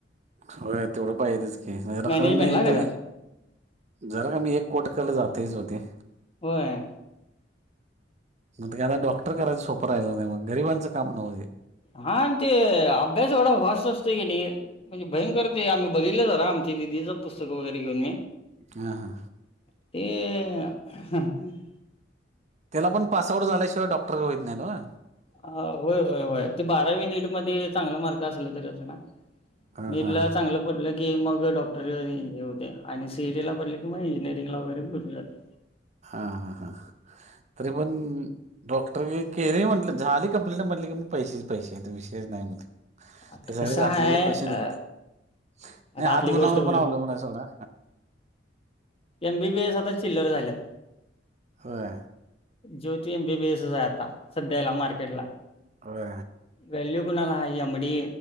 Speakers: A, on the right; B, on the left.
A: होय तेवढं पाहिेतच की, <unintelligible>
B: मॅनेजमेंटला
A: मी ते
B: खरं
A: जरा कमी एक कोट कला जातेच ओ ते.
B: होय.
A: मग ते आता डॉक्टर करायचं सोपं राहिलं नाही बा, गरिबांच काम नव्ह हे.
B: हा ते अभ्यास एवढा हॉस् असतो की नई. म्हणजे भयंकर आहे आम्ही बघितललं जरा आम दीदी च पुस्तक वगैरे घेऊन मी.
A: हा हा.
B: ते हम्.
A: त्याला पण पास आउट झाल्याशिवाय डॉक्टर व्हईत नाही न्हव.
B: अ व्हय, व्हय व्हय ते बारावी नीट मध्ये चांगला मार्क असल तरी नसणा -
A: हां
B: नीटला
A: हां हां
B: चांगलं. पडलं की मग डॉक्टरी होत्या, आणि सीईटी ला पडल की मग इंजिअरिंगला वगैरे भेटून जातय.
A: हा हा तरी पण. डॉक्टर केले म्हटलं झाले कंप्लेंट म्हटले की म पैसेच पैसेेत विषय नाही म
B: आता
A: ते सगळे
B: कसं
A: घातलेलं
B: आहे
A: पैसे
B: अ
A: निघते - नाही
B: आता
A: हात
B: आतली
A: गुणावर
B: गोष्ट
A: पण अवलंबून हाय सोडा..
B: एम बी बी एस आता चिल्लर झाल्यात.
A: होय.
B: ज्योती एम बी बी एस च आहे आता सध्या ह्याला मार्केट ला.
A: का.
B: वल्यू कोणला हाई एम डी